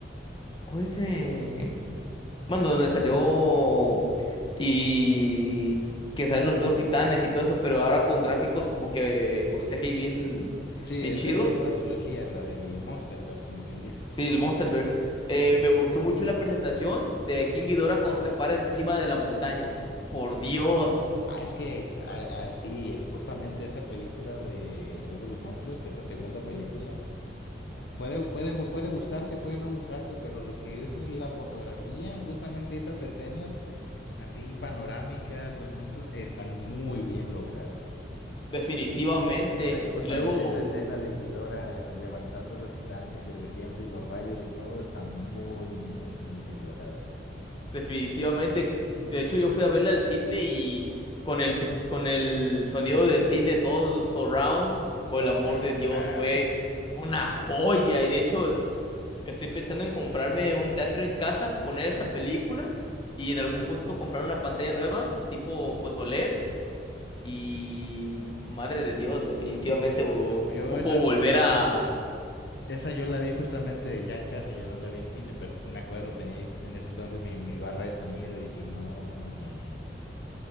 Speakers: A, on the left; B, on the left.
A: ¿Cómo dice? Bueno, donde salió y que salen los nuevos titanes y todo eso, pero ahora con gráficos como que con CGI bien,
B: Sí,
A: bien
B: es
A: chidos.
B: esta nueva trilogía, la del Monsterverse, como quien dice.
A: Sí, el Monsterverse. Eh, me gustó mucho la presentación de King Ghidorah cuando se para encima de la montaña. Por Dios,
B: Ah, es que, a- a- sí, justamente esa película de El Rey de los Monstruos, esa segunda película, puede, puede, puede gustarte, puede no gustarte, pero lo que es la fotografía, justamente esas escenas así panorámicas, los monstruos, están muy bien logradas.
A: definitivamente.
B: Esa- justamente
A: Luego
B: esa escena de Ghidorah eh, levantando los titanes y rugiendo y los rayos y todo está muy, muy, muy bien lograda.
A: Definitivamente, de hecho yo fui a verla al cine y con el, sis- con el sonido de cine, todo surround, por el amor
B: Ah,
A: de Dios,
B: claro.
A: fue una joya y de hecho estoy pensando en comprarme un teatro en casa, poner esa película y en algún punto comprar una pantalla nueva, tipo pues OLED y madre de Dios, definitivamente
B: Sí, de-
A: o-
B: yo, yo
A: ocupo
B: esa
A: volver
B: justa,
A: a...
B: esa yo la vi justamente de ya en casa, yo no la vi en cine, pero me acuerdo, tenía ahí en ese entonces mi, mi barra de sonido y sí, no, no, no, no, no.